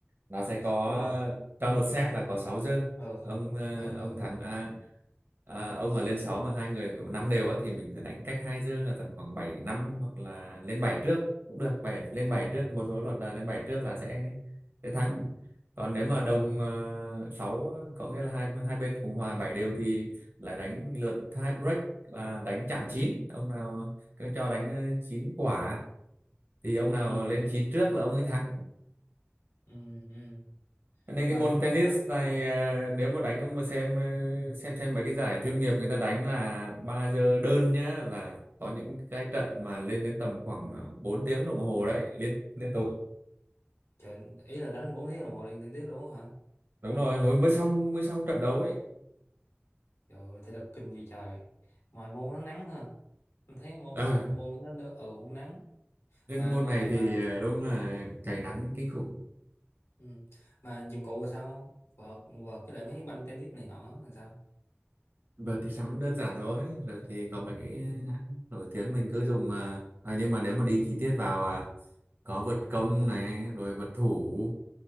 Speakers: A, on the right; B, on the left.
A: nó sẽ có
B: ủa mà
A: trong một set là có 6 giơ
B: ừ
A: ông ờ,
B: ừ
A: ông
B: ừ
A: thắng à, à, ông mà lên 6 mà hai người kiểu năm đều á thì mình phải đánh cách hai giơ là tầm khoảng bảy năm hoặc là lên 7 trước cũng được bảy lên
B: ờ.
A: 7 trước một số luật là lên 7 trước là sẽ sẽ thắng còn nếu mà đồng uh, 6 có nghĩa là hai hai bên cùng hòa 7 đều thì lại đánh lượt tie break là đánh chạm chín ông nào cứ cho đánh ờ, 9 quả thì ông nào
B: ừ
A: lên
B: ừ
A: 9 trước là ông ấy thắng
B: ừ ừ
A: nên
B: rồi
A: cái môn
B: cái môn
A: tennis
B: đó
A: này ờ, nếu mà đánh ông mà xem ờ, xem xem mấy cái giải chuyên nghiệp người ta đánh là 3 giờ đơn nhá là có những cái trận mà lên đến tầm khoảng ờ, 4 tiếng đồng hồ đấy liên liên tục
B: trời ý là đánh bốn tiếng đồng hồ liên, liên tiếp luôn hả
A: đúng rồi mới mới xong mới xong trận đấu ấy
B: trời ơi, thể lực kinh gì trời mà môn nó nắng ha Mình thấy môn
A: ờ
B: môn, môn nó đỡ ừ cũng nắng
A: riêng
B: mà
A: cái môn
B: mà
A: này thì
B: mà
A: ờ, đúng là cháy nắng kinh khủng
B: Ừ. Mà dụng cụ là sao? Vợt, vợt cái lại mấy banh tennis này nọ là sao?
A: giờ thì sắm đơn giản thôi giờ thì có mấy cái hãng nổi tiếng mình cứ dùng ờ, à, nhưng mà nếu mà đi chi tiết vào à, có vượt công này rồi vượt thủ